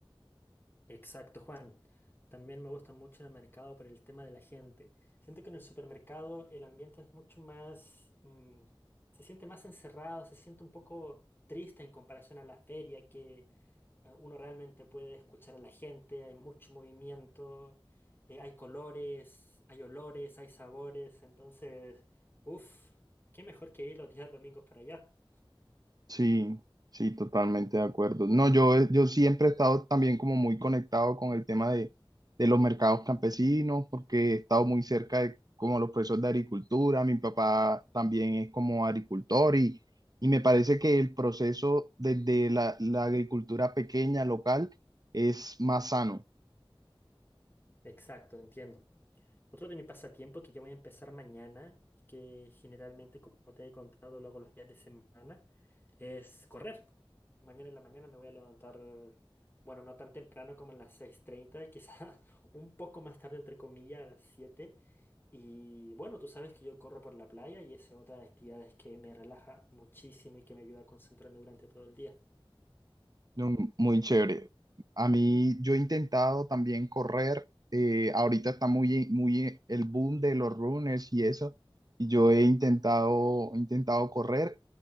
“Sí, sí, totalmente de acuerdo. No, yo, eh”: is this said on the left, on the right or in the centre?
Right